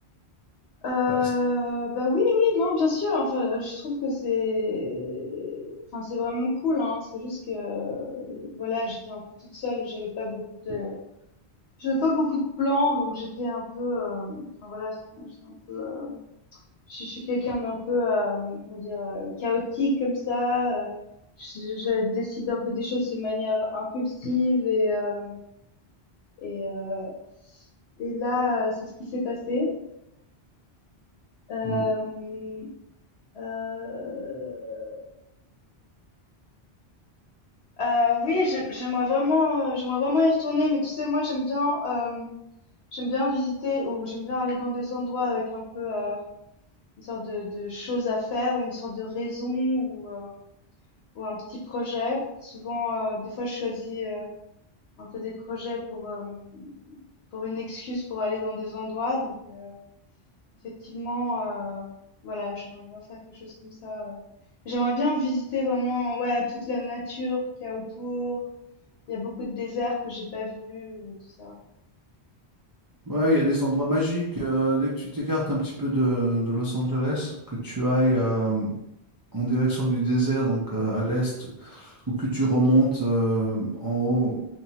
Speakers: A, on the left; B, on the right.
A: Euh,
B: Bah, c'est-
A: bah oui, oui, non, bien sûr. Enfin, je trouve que c'est, enfin, c'est vraiment cool, hein. C'est juste que, euh, voilà, j'étais un peu toute seule et j'avais pas beaucoup de, j'avais pas beaucoup de plans, donc j'étais un peu, euh, enfin voilà, c'était- j'étais un peu euh, je suis quelqu'un d'un peu, euh, comment dire, euh, chaotique comme ça. euh, je, je décide un peu des choses de manière impulsive et euh, et, euh, et là, euh, c'est ce qui s'est passé. Euh,
B: Hmm.
A: euh, euh, oui, j'ai- j'aimerais vraiment, euh, j'aimerais vraiment y retourner, mais tu sais, moi, j'aime bien, euh, j'aime bien visiter ou j'aime bien aller dans des endroits avec un peu euh, une sorte de, de choses à faire ou une sorte de raison ou euh, ou un petit projet. Souvent, heu, des fois, je choisis, heu, un peu des projets pour, hem, pour une excuse pour aller dans des endroits. Donc, heu, effectivement, heu, voilà, j'aimerais bien faire quelque chose comme ça, heu. J'aimerais bien visiter vraiment, ouais, toute la nature qu'il y a autour. Il y a beaucoup de déserts que j'ai pas vus et tout ça.
B: Ouais, il y a des endroits magiques. euh, dès que tu t'écartes un petit peu de, de Los Angeles, que tu ailles. euh, en direction du désert, donc euh, à l'est, ou que tu remontes euh, en haut